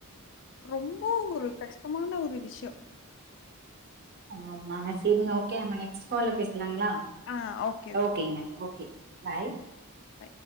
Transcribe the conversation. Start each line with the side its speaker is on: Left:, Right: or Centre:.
Left: ரொம்ப ஒரு கஷ்டமான ஒரு வி
Right: ஆஹ் மனசே நோக் நெக் கால பேச ங்களா
Left: ஆ ஓகே, ஓகே.
Right: ஓகேங்க ஓகே பாய்
Left: அ.